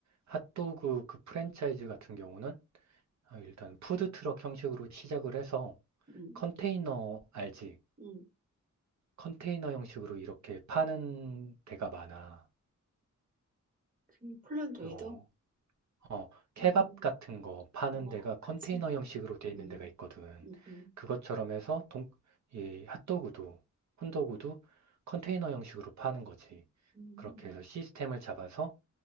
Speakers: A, on the right; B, on the right.
A: 핫도그 그 프랜차이즈 같은 경우는 아, 일단 푸드트럭 형식으로 시작을 해서
B: 음.
A: 컨테이너, 알지?
B: 음,
A: 컨테이너 형식으로 이렇게 파는 데가 많아.
B: 그 폴란드에도?
A: 어, 어, 케밥
B: 음,
A: 같은 거 파는
B: 어,
A: 데가 컨테이너
B: 그치.
A: 형식으로 돼 있는
B: 음,
A: 데가 있거든.
B: 음, 음.
A: 그것처럼 해서 동, 이 핫도그도, 콘도그도 컨테이너 형식으로 파는 거지.
B: 음.
A: 그렇게 해서 시스템을 잡아서